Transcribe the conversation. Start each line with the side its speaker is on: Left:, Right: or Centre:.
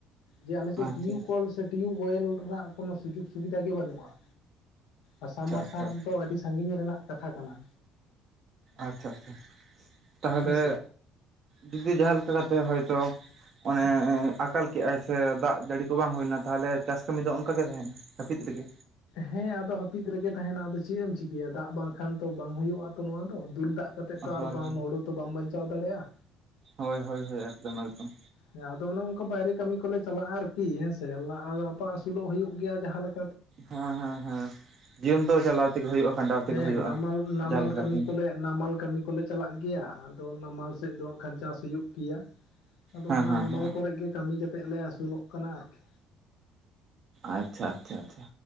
Left: ᱡᱮ ᱟᱞᱮ ᱥᱮᱫ
Right: ᱟᱪᱪᱷᱟ
Left: ᱴᱤᱭᱩᱵ ᱠᱚᱞ ᱥᱮ ᱴᱤᱭᱩᱵ ᱳᱭᱮᱞ ᱨᱮᱱᱟᱜ ᱠᱳᱱᱳ ᱥᱩᱡᱳᱜ ᱥᱩᱵᱤᱫᱷᱟ ᱜᱮ ᱵᱟᱹᱱᱩᱜᱼᱟ। ᱟᱥᱟ ᱢᱟᱨᱥᱟᱞ
Right: ᱟᱪᱪᱷᱟ ᱟᱪᱪᱷᱟ
Left: ᱫᱚ ᱟᱹᱰᱤ ᱥᱟᱜᱤᱧ ᱨᱮᱱᱟᱜ ᱠᱟᱛᱷᱟ ᱠᱟᱱᱟ।
Right: ᱟᱪᱷᱟ ᱟᱪᱷᱟ ᱛᱟᱦᱚᱞᱮ
Left: ᱦᱮᱸᱥᱮ
Right: ᱡᱚᱫᱤ ᱡᱟᱦᱟᱸ ᱞᱮᱠᱟ ᱠᱟᱛᱮᱜ ᱦᱚᱭᱛᱚ ᱚᱱᱮᱻ ᱟᱠᱟᱞ ᱠᱮᱫᱼᱟᱭ ᱥᱮ ᱫᱟᱜ ᱡᱟᱹᱲᱤ ᱠᱚ ᱵᱟᱝ ᱦᱩᱭᱱᱟ ᱛᱟᱞᱦᱮ ᱪᱟᱥ ᱠᱟᱹᱢᱤᱫ ᱫᱚ ᱚᱱᱠᱟ ᱜᱮ ᱛᱟᱦᱮᱱᱟ ᱦᱟᱹᱯᱤᱫ ᱨᱮᱜᱮ
Left: ᱦᱮᱸ ᱟᱫᱚ ᱦᱟᱹᱯᱤᱫ ᱨᱮᱜᱮ ᱛᱟᱦᱮᱱᱟ ᱟᱫᱚ ᱪᱮᱫ ᱮᱢ ᱪᱤᱠᱟᱹᱭᱟ ᱫᱟᱜ ᱵᱟᱝᱠᱷᱟᱱ ᱛᱚ ᱵᱟᱝ ᱦᱩᱭᱩᱜᱼᱟ ᱛᱚ ᱱᱚᱣᱟ ᱫᱚ ᱫᱩᱞ ᱫᱟᱜᱼᱼ ᱠᱟᱛᱮᱫ ᱛᱚ
Right: ᱦᱳᱭ
Left: ᱟᱨ ᱵᱟᱢ ᱦᱳᱲᱩ ᱛᱚ ᱵᱟᱢ ᱵᱟᱧᱪᱟᱣ ᱫᱟᱲᱮᱭᱟᱜᱼᱟ
Right: ᱦᱳᱭ ᱦᱳᱭ ᱦᱳᱭ ᱮᱠᱫᱚᱢ ᱮᱠᱫᱚᱢ
Left: ᱦᱮᱸ ᱟᱫᱚ ᱚᱱᱮ ᱚᱱᱠᱟ ᱵᱟᱭᱨᱮ ᱠᱟᱹᱢᱤ ᱠᱚᱞᱮ ᱪᱟᱞᱟᱜᱼᱟ ᱟᱨᱠᱤ ᱦᱮᱸᱥᱮ ᱞᱟᱦᱟ ᱞᱟᱯᱟ ᱟᱹᱥᱩᱞᱚᱜ ᱦᱩᱭᱩᱜ ᱜᱮᱭᱟ ᱡᱟᱦᱟᱸ ᱞᱮᱠᱟ
Right: ᱦᱮᱸ ᱦᱮᱸ ᱦᱮᱸ ᱡᱤᱭᱚᱱ ᱫᱚ ᱪᱟᱞᱟᱣ ᱛᱮᱜᱮ ᱦᱳᱭᱳᱜᱼᱟ ᱠᱷᱟᱸᱰᱟᱣ ᱛᱮᱜᱮ
Left: ᱦᱮᱸ
Right: ᱦᱳᱭᱳᱜᱼᱟ
Left: ᱱᱟᱢᱟᱞ ᱱᱟᱢᱟᱞ
Right: ᱡᱟᱦᱟᱸ ᱞᱮᱠᱟᱛᱮ
Left: ᱠᱟᱹᱢᱤ ᱠᱚᱞᱮ ᱱᱟᱢᱟᱞ ᱠᱟᱹᱢᱤ ᱠᱚᱞᱮ ᱪᱟᱞᱟᱜ ᱜᱮᱭᱟ ᱟᱫᱚ ᱱᱟᱢᱟᱞ ᱥᱮᱫ ᱫᱚ ᱠᱷᱟᱱ ᱪᱟᱥ ᱦᱩᱭᱩᱜ ᱜᱮᱭᱟ ᱟᱫᱚ
Right: ᱦᱮᱸ
Left: ᱚᱱᱟ
Right: ᱦᱮᱸ
Left: ᱱᱟᱢᱟᱞ
Right: ᱦᱮᱸ
Left: ᱠᱚᱨᱮ ᱜᱮ ᱠᱟᱹᱢᱤ ᱠᱟᱛᱮᱫ ᱞᱮ ᱟᱹᱥᱩᱞᱚᱜ ᱠᱟᱱᱟ ᱟᱨᱠᱤ
Right: ᱟᱪᱷᱟ ᱟᱪᱷᱟ ᱟᱪᱷᱟ